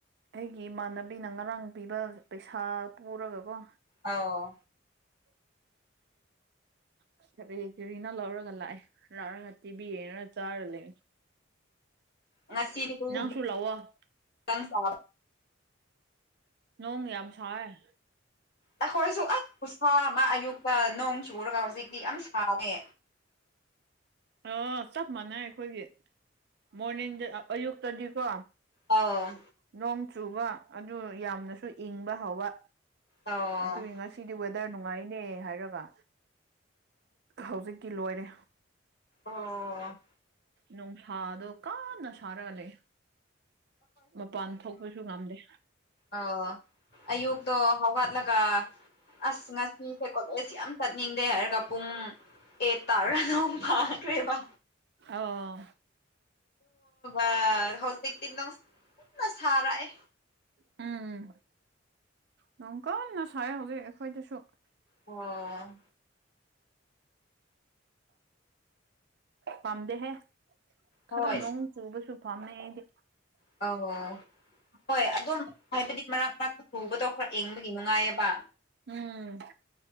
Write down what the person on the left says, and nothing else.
ꯑꯥꯎ
ꯉꯁꯤꯗꯤ <inaudible>
ꯑꯩꯈꯣꯏꯁꯨ ꯑꯁ ꯈꯨꯁꯥ ꯑꯃ ꯑꯌꯨꯛꯇ ꯅꯣꯡ ꯆꯨꯔꯒ ꯍꯧꯖꯤꯛꯇꯤ ꯌꯥꯝ ꯁꯥꯔꯦ
ꯑꯥꯎ
ꯑꯧ
ꯑꯣ
ꯑꯣ ꯑꯌꯨꯛꯇꯣ ꯍꯧꯋꯥꯠꯂꯒ ꯑꯁ ꯉꯁꯤꯁꯦꯀꯣꯂꯦ ꯌꯥꯝ ꯆꯠꯅꯤꯡꯗꯦ ꯍꯥꯏꯔꯒꯄꯨꯝ ꯑꯦ ꯇꯥꯔ ꯑꯗꯨ ꯐꯥꯈ꯭ꯔꯦꯕ
ꯑ ꯍꯧꯖꯤꯛꯇꯤ ꯅꯪꯟꯅ ꯁꯥꯔꯛꯑꯦ
ꯑꯣ
ꯍꯣꯏ
ꯑ ꯍꯣ ꯍꯣꯏ ꯑꯗꯨꯝ ꯍꯥꯏꯕꯗꯤ ꯃꯔꯛ ꯃꯔꯛꯇ ꯊꯨꯕꯗꯣ ꯈꯔ ꯌꯦꯡꯕꯒꯤ ꯅꯨꯡꯉꯥꯏꯌꯦꯕ